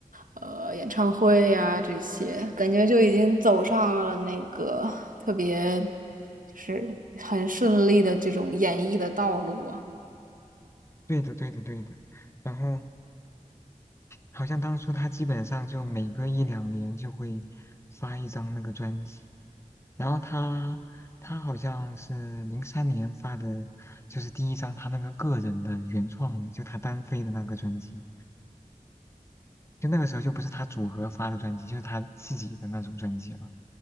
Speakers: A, on the right; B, on the left.
A: 呃演唱会呀这些，感觉就已经走上了那个特别就是很顺利的这种演艺的道路啊。
B: 对的，对的，对的。然后。好像当初他基本上就每隔一两年就会发一张那个专辑，然后他他好像是零三年发的，就是第一张他那个个人的原创的，就他单飞的那个专辑，就那个时候就不是他组合发的专辑，就是他自己的那种专辑了。